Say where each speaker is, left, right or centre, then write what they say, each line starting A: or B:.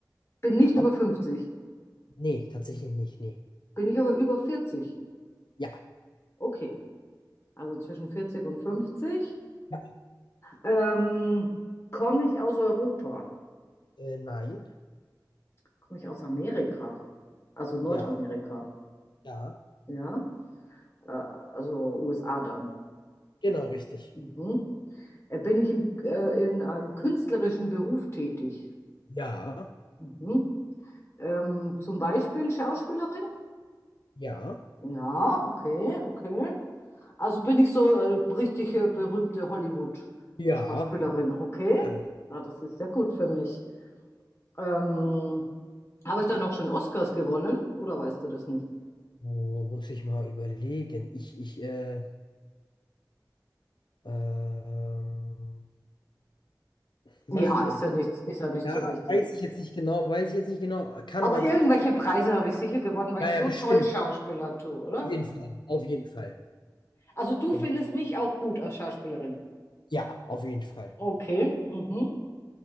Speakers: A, on the left; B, on the left.
A: Bin nicht über
B: Aber
A: 50.
B: nee, tatsächlich nicht, nee.
A: Bin ich aber über vierzig?
B: Ja,
A: Okay, also zwischen 40 und 50.
B: ja.
A: Ähm, komme ich aus Europa?
B: Äh, nein.
A: Komme ich aus Amerika? Also Nordamerika,
B: Ja, ja.
A: ja? Äh, also USA dann.
B: Genau, richtig.
A: Mhm. Äh, Bin ich im, äh, in einem künstlerischen Beruf tätig?
B: Ja,
A: Mhm. Ähm, zum Beispiel Schauspielerin?
B: ja,
A: Ja, okay, okay. Also bin ich so äh, richtig äh, berühmte Hollywood-Schauspielerin,
B: ja.
A: okay.
B: ja,
A: Ja, das ist sehr gut für mich. Ähm, habe ich dann auch schon Oscars gewonnen oder weißt du das nicht?
B: Wo muss ich mal überlegen? Ich, ich, äh, ähm, machen
A: Ja, ist
B: wir.
A: ja nichts, ist ja nicht
B: Ja,
A: so wichtig.
B: weiß ich jetzt nicht genau, weiß ich jetzt nicht genau, kann
A: Aber
B: aber.
A: irgendwelche
B: ge-
A: Preise habe ich sicher gewonnen, weil
B: Ja,
A: ich so
B: ja, bestimmt.
A: toll Schauspielern tue, oder?
B: Auf jeden Fall. Auf jeden Fall.
A: Also du
B: Auf,
A: findest mich auch gut als Schauspielerin.
B: ja, auf jeden Fall.
A: Okay. Mhm.